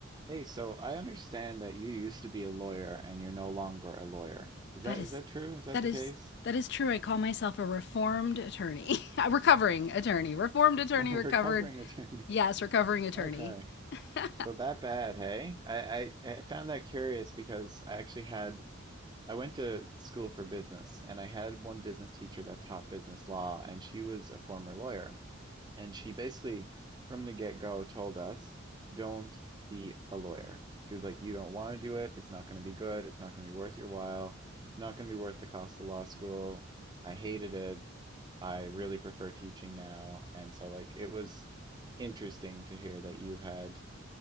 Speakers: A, on the right (about 20°); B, on the left (about 60°).
A: Hey, so I understand that you used to be a lawyer and you're no longer a lawyer. Is that
B: That is
A: is that true? Is that
B: that
A: the
B: is
A: case?
B: that is true. I call myself a reformed attorney. <laughs> A recovering attorney. Reformed attorney,
A: <laughs>
B: recovered.
A: Recovering attorney.
B: Yes, recovering attorney.
A: Okay.
B: <laughs> <laughs>
A: So that bad, hey? I, I I found that curious because I actually had I went to school for business and I had one business teacher that taught business law and she was a former lawyer. And she basically, from the get-go, told us, don't be a lawyer. She was like, you don't want to do it. It's not going to be good. It's not going to be worth your while. It's not going to be worth the cost of law school. I hated it. I really prefer teaching now. And so, like, it was interesting to hear that you had,